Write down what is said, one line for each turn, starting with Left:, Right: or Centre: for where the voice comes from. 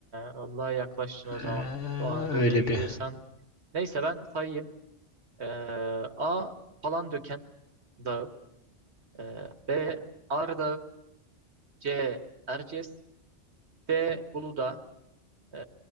Right: vallahi yaklaştın o zaman.
Left: Ee,
Right: Doğu Anadolu'ya
Left: öyle
Right: gidiyorsan.
Left: bir
Right: Neyse ben sayayım. Ee, A. Palandöken Dağı. Ee, B. Ağrı C. Erciyes. D. Uludağ. Ee,